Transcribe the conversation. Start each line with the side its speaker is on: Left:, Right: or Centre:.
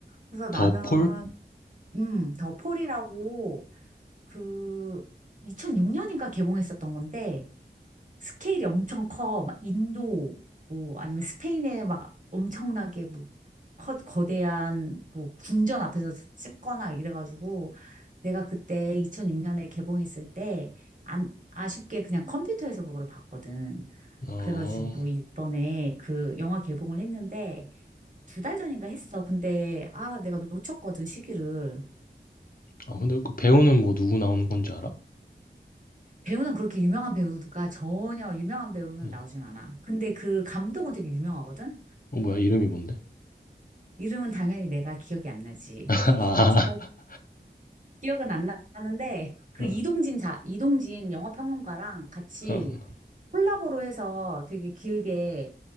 Right: 그래서 나는,
Left: 더 폴?
Right: 음, 더 폴이라고 그 2006년인가 개봉했었던 건데, 스케일이 엄청 커. 막 인도, 뭐, 아니면 스페인에 막 엄청나게 뭐, 커, 거대한 뭐, 궁전 앞에서 찍- 찍거나 이래가지고, 내가 그때 2006년에 개봉했을 때, 안, 아쉽게 그냥 컴퓨터에서 그거를 봤거든.
Left: 어,
Right: 그래가지고 이번에 그 영화 개봉을 했는데, 두 달 전인가 했어. 근데, 아, 내가 놓쳤거든, 시기를.
Left: 아, 근데 그 배우는 뭐 누구 나오는 건지 알아?
Right: 배우는 그렇게 유명한 배우가 전혀 유명한 배우는
Left: 어,
Right: 나오진 않아. 근데 그 감독은 되게 유명하거든?
Left: 어, 뭐야, 이름이 뭔데?
Right: 이름은 당연히 내가 기억이 안 나지.
Left: <laughs>
Right: 기억- 기억은 안 나는데 그
Left: 아, 어,
Right: 이동진 자, 이동진 영화평론가랑 같이
Left: 어,
Right: 콜라보로 해서 되게 길게